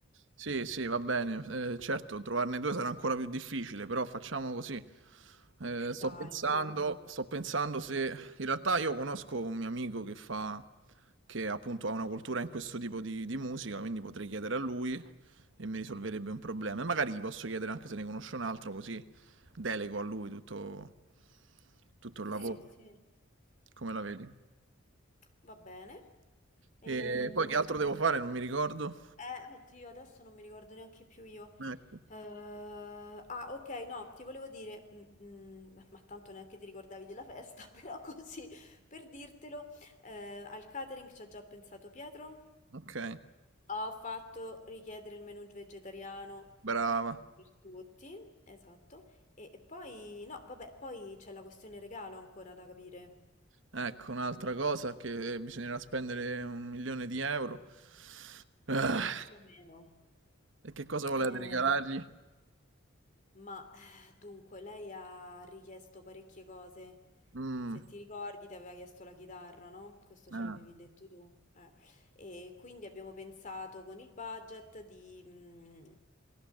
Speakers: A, on the right (about 65°); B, on the left (about 35°).
A: Sì, sì, va bene. Eh, certo, trovarne due sarà ancora più difficile, però facciamo così. Eh,
B: Dai,
A: sto pensando,
B: su.
A: sto pensando se... In realtà io conosco un mio amico che fa... che appunto ha una cultura in questo tipo di, di musica, quindi potrei chiedere a lui e mi risolverebbe un problema. E magari gli posso chiedere anche se ne conosce un altro, così delego a lui tutto, tutto il
B: Sì,
A: lavoro.
B: sì.
A: Come la vedi?
B: Va bene. Ehm,
A: E poi che altro devo fare? Non mi ricordo.
B: Eh, oddio, adesso non mi ricordo neanche più io.
A: Ecco.
B: Eh, ah, ok, no, ti volevo dire, mm, mm, ma tanto neanche ti ricordavi della festa, <laughs> però così per dirtelo, eh, al catering ci ha già pensato Pietro.
A: Ok,
B: Ho fatto richiedere il menù vegetariano
A: brava.
B: per tutti, esatto. E, e poi, no, vabbè, poi c'è la questione regalo ancora da capire.
A: Ecco, un'altra cosa che bisognerà spendere un milione di euro. Ah,
B: Vabbè, più o meno.
A: E che cosa volete
B: Eh,
A: regalargli?
B: Ma eh, dunque, lei ha richiesto parecchie cose.
A: Mm,
B: Se ti ricordi, ti aveva chiesto la chitarra, no? Questo ce
A: ah,
B: l'avevi detto tu. eh. E quindi abbiamo pensato con il budget di mm,